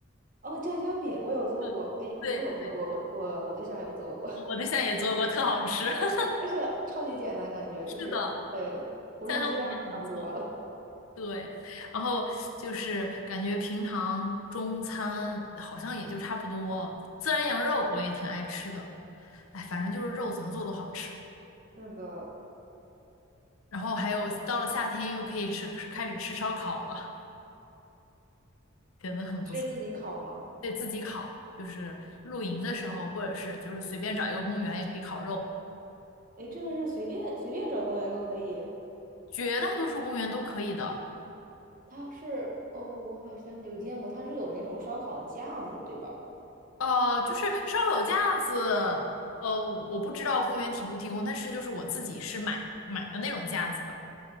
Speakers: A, on the right (about 40°); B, on the left (about 90°).
A: 哦，酱香饼我有做过，
B: 对对对，
A: 哎，不是我做过，我我我对象有做过，
B: 我对象也做过，特好吃。<laughs>
A: <laughs> 而且超级简单，感觉就是对，
B: 是的，
A: 涂上酱差不多了。
B: 家乡饼也很不错。对，然后就是感觉平常中餐好像也就差不多。孜然羊肉我也挺爱吃的，哎，反正就是肉怎么做都好吃。
A: <laughs> 是的，
B: 然后还有到了夏天又可以吃，开始吃烧烤了，觉得很不错。
A: 你是自己烤吗？
B: 对自己烤，就是露营的时候，或者是就是随便找一个公园也可以烤肉，
A: 哎，这个是随便随便找公园都可以。
B: 绝大多数公园都可以的。
A: 它是哦，我好像有见过，它是有那种烧烤的架子，对吧？
B: 呃，就是烧烤架子，呃，我不知道公园提不提供，但是就是我自己是买买了那种架子的，